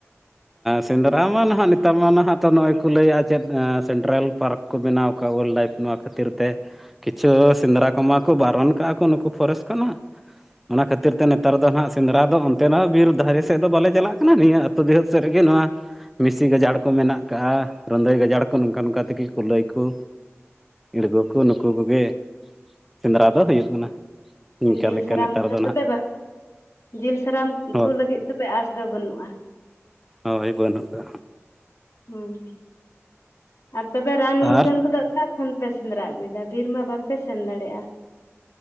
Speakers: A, in the centre; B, on the left (about 75°).
A: ᱥᱮᱸᱫᱽᱨᱟ ᱢᱟ ᱱᱟᱦᱟᱜ ᱱᱮᱛᱟᱨ ᱢᱟ ᱚᱱᱟ ᱦᱚ ᱛᱚ ᱱᱚᱜᱼᱚᱭ ᱠᱚ ᱞᱟᱹᱭᱟ ᱪᱮᱫ ᱥᱮᱱᱴᱨᱟᱞ ᱯᱟᱨᱠ᱾ ᱠᱚ ᱵᱮᱱᱟᱣ ᱠᱟᱜ ᱵᱚᱞᱮ᱾ ᱱᱚᱣᱟ ᱠᱷᱟᱹᱛᱤᱨ ᱛᱮ᱾ ᱠᱤᱪᱷᱩ ᱥᱮᱸᱫᱽᱨᱟ ᱠᱚᱢᱟ ᱠᱚ ᱵᱟᱨᱚᱱ ᱠᱟᱜᱼᱟ ᱠᱚ ᱱᱩᱠᱩ ᱯᱷᱚᱨᱮᱥᱴ ᱠᱷᱚᱱᱟᱜ᱾ ᱚᱱᱟ ᱠᱷᱟᱹᱛᱤᱨ ᱛᱮ ᱱᱮᱛᱟᱨ ᱫᱚ ᱱᱟᱜ, ᱥᱮᱸᱫᱽᱨᱟ ᱫᱚ ᱚᱱᱛᱮ ᱨᱮᱦᱚᱸ ᱵᱤᱨ ᱫᱟᱨᱮ ᱥᱮᱫ ᱫᱚ ᱵᱟᱞᱮ ᱪᱟᱞᱟᱜ ᱠᱟᱱᱟ᱾ ᱱᱤᱭᱟᱹ ᱟᱹᱛᱩ ᱫᱤᱦᱟᱹᱛ᱾ ᱥᱮᱜ ᱨᱮᱜᱮ ᱱᱚᱣᱟ᱾ ᱵᱤᱥᱤ ᱜᱟᱡᱟᱲ ᱠᱚ ᱢᱮᱱᱟᱜ ᱠᱟᱜᱼᱟ, ᱨᱚᱫᱚᱭ ᱜᱟᱡᱟᱲ ᱠᱚ ᱱᱚᱝᱠᱟ ᱱᱚᱝᱠᱟ ᱛᱮᱜᱮ ᱠᱩᱞᱟᱹᱭ ᱠᱩ᱾ ᱤᱲᱜᱚ ᱠᱚ ᱱᱩᱠᱩ ᱠᱚᱜᱮ ᱥᱮᱸᱫᱽᱨᱟ ᱫᱚ ᱦᱩᱭᱩᱜ ᱠᱟᱱᱟ᱾ ᱤᱱᱠᱟ
B: ᱡᱤᱞ
A: ᱞᱮᱠᱟ
B: ᱥᱟᱨᱟᱢ
A: ᱱᱮᱛᱟᱨ
B: ᱠᱚ
A: ᱫᱚ
B: ᱛᱚᱵᱮ
A: ᱱᱟᱦᱟᱜ
B: ᱵᱟᱝ ᱡᱤᱞ ᱥᱟᱨᱟᱢ
A: ᱦᱚᱸ
B: ᱠᱚ ᱞᱟᱹᱜᱤᱫ᱾ ᱛᱚᱵᱮ ᱟᱥ ᱫᱚ ᱵᱟᱹᱱᱩᱜᱼᱟ᱾
A: ᱦᱳᱭ ᱵᱟᱹᱱᱩᱜ ᱠᱟᱜ-ᱟ᱾
B: ᱦᱩᱸ ᱟᱨ ᱛᱚᱵᱮ ᱨᱟᱱ
A: ᱟᱨ
B: ᱢᱩᱨᱜᱟᱹᱱ ᱠᱚᱫᱚ ᱚᱠᱟ᱾ ᱠᱷᱚᱱ ᱯᱮ ᱥᱮᱸᱫᱽᱨᱟ ᱟᱹᱜᱩᱭᱫᱟ ᱵᱤᱨ ᱢᱟ ᱵᱟᱯᱮ ᱥᱮᱱ ᱫᱟᱲᱮᱭᱟᱜᱼᱟ᱾